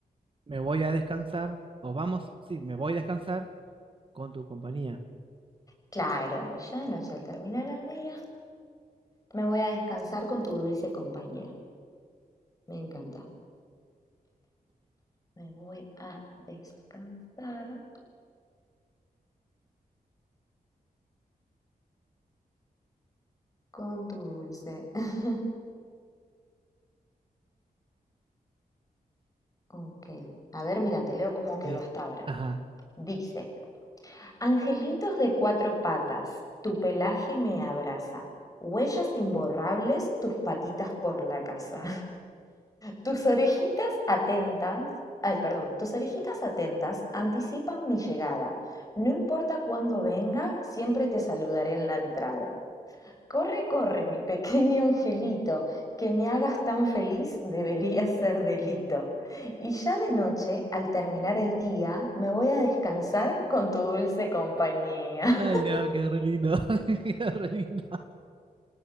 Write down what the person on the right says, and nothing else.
Me voy a descansar, o vamos, sí, me voy a descansar con tu compañía.
Sí.
Ajá.
Ay, no, quedó re lindo. <laughs> Quedó re lindo.